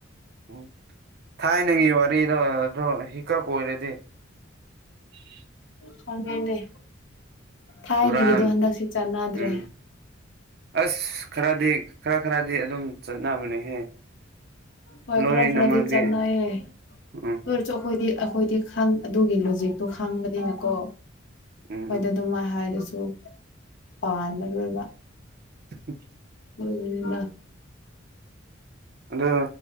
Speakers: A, on the right (about 55°); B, on the left (about 70°).
A: ꯎꯝ ꯊꯥꯏꯅꯒꯤ ꯋꯥꯔꯤꯔꯣ ꯑꯗꯨ ꯍꯤꯀꯞ ꯑꯣꯏꯔꯗꯤ ꯍꯥꯏ
B: ꯈꯪꯉꯦꯅꯦ ꯊꯥꯏꯅꯒꯤꯗꯣ
A: ꯍꯨꯔꯥꯟ
B: ꯍꯟꯗꯛꯁꯤ ꯆꯠꯅꯗ꯭ꯔꯦ
A: ꯎꯝ ꯑꯁ ꯈꯥꯔꯥꯗꯤ ꯈꯔ ꯈꯥꯔꯥꯗꯤ ꯑꯗꯨꯝ ꯆꯠꯅꯕꯅꯦꯍꯦ
B: ꯍꯣꯏ
A: ꯂꯣꯏꯅꯃꯛꯗꯤ
B: ꯈꯔ ꯈꯥꯔꯗꯤ ꯆꯥꯟꯅꯩꯔꯦ
A: ꯎꯝ
B: ꯑꯗꯨ ꯑꯣꯢꯔꯁꯨ ꯑꯩꯈꯣꯏꯗꯤ ꯑꯩꯈꯣꯏꯗꯤ ꯈꯪ ꯑꯗꯨꯒꯤ ꯂꯣꯖꯤꯛꯇꯣ ꯈꯥꯡꯕꯅꯤꯅꯥꯀꯣ ꯑꯩꯈꯣꯏꯗ
A: ꯎꯝ
B: ꯑꯗꯨꯝꯃꯥꯢ ꯍꯥꯏꯔꯁꯨ ꯄꯥꯟꯅꯔꯣꯏꯕꯥ
A: <unintelligible>
B: <unintelligible>
A: ꯑꯗꯨ